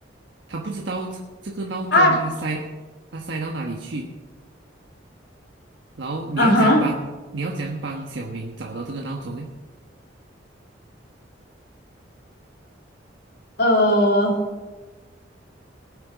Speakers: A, on the right; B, on the left.
A: 他不知道这这个闹钟他塞他塞到哪里去。
B: 啊
A: 然后你要怎样帮你要怎样帮小明找到这个闹钟？
B: 啊哈，
A: 呢？
B: 呃，